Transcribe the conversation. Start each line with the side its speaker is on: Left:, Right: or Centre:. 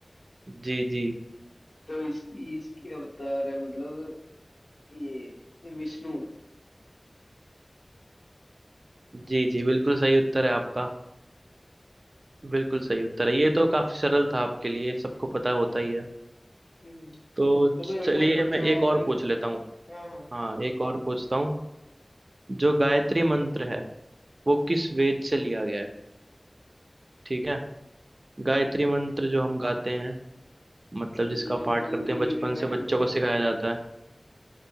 Right: जी जी
Left: तो इस, इसके अवतार है मतलब ये विष्णु है
Right: जी जी बिल्कुल सही उत्तर है आपका बिल्कुल सही उत्तर है ये तो काफी सरल था आपके लिए सबको पता होता ही है
Left: हम्म
Right: तो
Left: चलो
Right: चलिए
Left: एक और पूछो
Right: मैं एक
Left: आप
Right: और
Left: फिर
Right: पूछ लेता हूँ
Left: हाँ हाँ
Right: हाँ एक और पूछता हूँ जो गायत्री मंत्र है वो किस वेद से लिया गया है ठीक है गायत्री मंत्र जो हम गाते हैं मतलब जिसका
Left: ये
Right: पाठ
Left: तो
Right: करते
Left: ये
Right: हैं बचपन
Left: भी मैं
Right: से बच्चों को
Left: <laughs>
Right: सिखाया जाता है